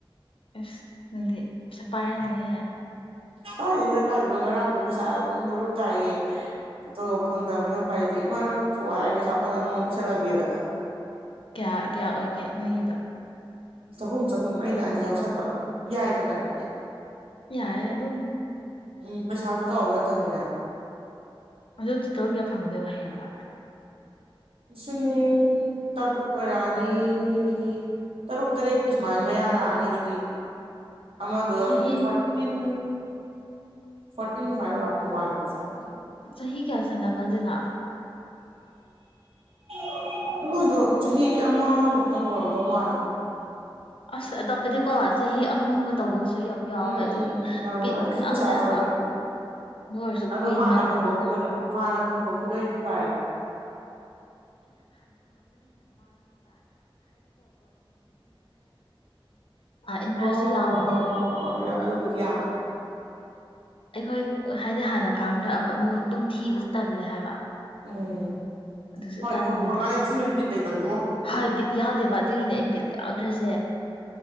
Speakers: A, on the left; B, on the right.
A: ꯏꯁ ꯅꯪꯗꯤ ꯄꯩꯁꯥ ꯄꯥꯏꯔꯅꯤꯌꯦ
B: ꯄꯥꯏꯗꯦꯗ ꯀꯥꯔꯗꯨꯗꯣ ꯉꯔꯥꯡꯁꯨ ꯄꯩꯁꯥ ꯃꯨꯔꯨꯞ ꯇꯥꯏꯌꯦ ꯇꯣꯂꯣꯞ ꯐꯪꯗꯕ ꯃꯤꯅꯧ ꯄꯥꯏꯔꯗꯦ ꯏꯃꯥ ꯅꯪ ꯄꯨꯊꯣꯛꯑꯣ ꯍꯥꯏ ꯄꯩꯁꯥ ꯐꯖꯂ ꯅꯪꯉꯣꯟꯗ ꯄꯤꯁꯜꯂꯒꯦꯗ
A: ꯀꯌꯥ ꯀꯌꯥ ꯑꯣꯏꯒꯦ ꯅꯣꯏꯒꯤꯗꯣ
B: ꯆꯍꯨꯝ ꯆꯍꯨꯝ ꯑꯩꯅ ꯑꯅꯤ ꯌꯥꯎꯁꯟꯕ ꯌꯥꯏꯗꯅ ꯑꯗꯨꯗꯤ
A: ꯌꯥꯏꯌꯦ ꯑꯗꯨꯝ
B: ꯎꯝ ꯄꯩꯁꯥꯁꯨ ꯆꯥꯎꯕ ꯅꯠꯇꯝꯅꯤꯅ
A: ꯑꯗꯨ ꯇꯣꯇꯦꯜ ꯀꯌꯥ ꯐꯪꯗꯣꯏꯕ ꯍꯥꯌꯦꯡ ꯋꯥꯏ
B: ꯂꯤꯁꯤꯡ ꯇꯔꯨꯛ ꯑꯣꯏꯔꯛꯑꯅꯤ ꯑꯗꯨꯗꯤ ꯇꯔꯨꯛ ꯇꯔꯦꯠꯀꯤ ꯁꯨꯃꯥꯏꯅ ꯃꯌꯥ ꯂꯛꯑꯅꯤ ꯑꯗꯨꯗꯤ ꯑꯃꯗꯨꯒ ꯌꯥꯎꯁꯜꯂꯗꯤ
A: ꯆꯍꯤ
B: ꯐꯣꯔꯇꯤꯟ ꯐꯣꯔꯇꯤꯟ ꯁꯨꯃꯥꯏ ꯑꯣꯏꯔꯛꯇꯧ ꯃꯜꯂꯤ ꯐꯣꯔ
A: ꯆꯍꯤ ꯀꯌꯥ ꯁꯅꯕ ꯑꯗꯨꯅ
B: <inaudible> ꯃꯣꯏꯗꯣ ꯆꯍꯤꯗꯤ ꯑꯃꯃꯨꯛꯇꯪ ꯑꯣꯏꯔꯝꯗꯧ ꯃꯥꯜꯂꯦ
A: ꯑꯁ ꯑꯇꯣꯞꯄꯗꯤꯀꯣ ꯆꯍꯤ ꯑꯍꯨꯝꯒ ꯇꯧꯕꯁꯨ ꯌꯥꯝ ꯌꯥꯎꯋꯦ
B: ꯎꯝ
A: ꯑꯗꯨꯒꯤ
B: ꯎꯝ ꯎꯝ ꯌꯥꯎꯋꯦ
A: ꯕꯤꯠ
B: ꯑꯗꯨꯖꯤ
A: ꯌꯥꯎꯗꯦ
B: ꯄꯩꯁꯥ
A: ꯍꯥꯏꯕ
B: ꯆꯥꯎꯕꯩꯅꯦ
A: ꯑꯗꯨ ꯑꯣꯏꯔꯁꯨ
B: ꯑꯗꯣ
A: ꯀꯨꯏꯃꯜꯂꯦꯗꯅ
B: ꯍꯥꯟꯅ ꯐꯪꯗꯣꯛꯈꯤꯕꯒ ꯍꯥꯟꯅ ꯐꯪꯗꯣꯛꯈꯤꯕꯩꯗꯤ ꯐꯥꯔꯦ
A: ꯎꯝ ꯏꯟꯇꯔꯦꯁꯁꯨ
B: ꯍꯣꯏ ꯍꯣꯏ ꯍꯣꯏ
A: ꯌꯥꯝꯕꯅꯦ
B: ꯍꯣꯏ ꯍꯣꯏ ꯍꯣꯏ ꯍꯣꯏꯕ ꯑꯗꯨꯕꯨꯗꯤ ꯌꯥꯝꯃꯤ
A: ꯑꯩꯈꯣꯏ ꯍꯥꯏꯗꯤ ꯍꯥꯟꯅ ꯐꯪꯈ꯭ꯔꯥ ꯑꯃꯨꯛ ꯑꯃꯨꯛ ꯑꯗꯨꯝ ꯊꯤꯕꯁꯦ ꯇꯜꯂꯦ ꯍꯥꯏꯕ
B: ꯎꯝ
A: ꯑꯗꯨꯁꯨ
B: ꯍꯣꯏ
A: ꯇꯟꯕꯅꯦ
B: ꯐꯪꯗꯣꯛꯈ꯭ꯔ ꯀꯥꯟꯗ ꯊꯤꯕꯗ ꯕꯤꯠ ꯂꯩꯇꯕꯅꯤꯉꯣ
A: ꯍꯣꯏ ꯕꯤꯠ ꯌꯥꯎꯗꯦꯕ ꯑꯗꯨꯒꯤꯅꯦ ꯑꯩꯅ ꯕꯤꯠ ꯌꯥꯎꯗ꯭ꯔꯤꯖꯦ